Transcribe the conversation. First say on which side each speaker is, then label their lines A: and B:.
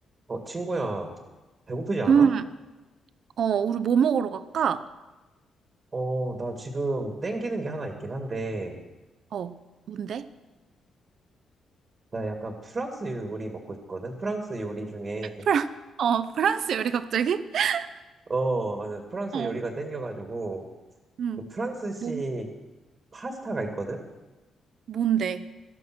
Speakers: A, on the right; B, on the right.
A: 어, 친구야, 배고프지 않아?
B: 음, 어, 우리 뭐 먹으러 갈까?
A: 어, 나 지금 땡기는 게 하나 있긴 한데,
B: 어, 뭔데?
A: 나 약간 프랑스 요리 먹고 있거든? 프랑스 요리 중에,
B: 프랑, 어, 프랑스 요리 갑자기? <laughs>
A: 어, 아, 나 프랑스
B: 어,
A: 요리가 땡겨가지고,
B: 음,
A: 그 프랑스식
B: 뭐,
A: 파스타가 있거든?
B: 뭔데?